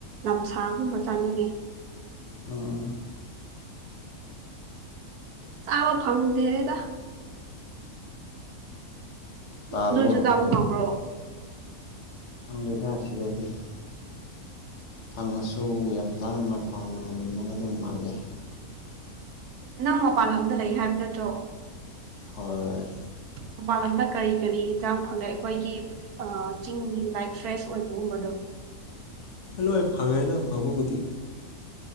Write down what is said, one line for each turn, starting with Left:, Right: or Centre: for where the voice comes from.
Right: ꯂꯝꯁꯥꯒꯨꯝꯕ ꯆꯥꯅꯤꯡꯉꯦ
Left: ꯑꯣ
Right: ꯆꯥꯕꯥ ꯐꯪꯗꯦꯗꯥ
Left: ꯇꯥꯜꯂꯣ
Right: ꯅꯣꯏꯁꯨ ꯇꯥꯕ ꯄꯥꯝꯕ꯭ꯔꯣ
Left: ꯑꯗꯥ ꯑꯁꯤꯗꯗꯤ ꯐꯪꯉꯁꯨ ꯌꯥꯝ ꯇꯥꯡꯅ ꯐꯪ ꯉꯝꯃꯒ ꯑꯗꯨꯝ ꯃꯥꯜꯂꯦ
Right: ꯅꯪ ꯃꯄꯥꯟ ꯂꯝꯗ ꯂꯩ ꯍꯥꯏꯕ ꯅꯠꯇ꯭ꯔꯣ
Left: ꯍꯣꯏ
Right: ꯃꯄꯜ ꯂꯝꯗ ꯀꯔꯤ ꯀꯔꯤ ꯌꯦꯟꯖꯥꯡ ꯐꯪꯉꯦ ꯑꯩꯈꯣꯏꯒꯤ ꯆꯤꯡꯒꯤ ꯂꯥꯏꯛ ꯐ꯭ꯔꯦꯁ ꯑꯣꯏꯕꯒꯨꯝꯕꯗꯣ <inaudible>
Left: ꯂꯣꯏ ꯐꯪꯦ ꯍꯥꯏꯅ ꯐꯪꯕꯕꯨꯗꯤ